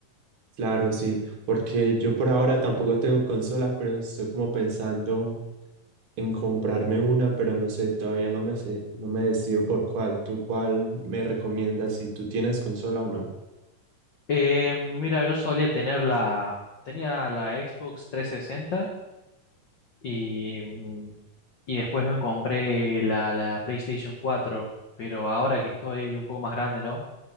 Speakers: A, on the right; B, on the left.
A: Claro, sí, porque yo por ahora tampoco tengo consola, pero estoy como pensando en comprarme una, pero no sé, todavía no me sé, no me decido por cuál. ¿Tú cuál me recomiendas si tú tienes consola o no?
B: Em, mira, yo solía tener la, tenía la Xbox 360 Y, y después me compré la, la PlayStation cuatro pero ahora que estoy un poco más grande, ¿no?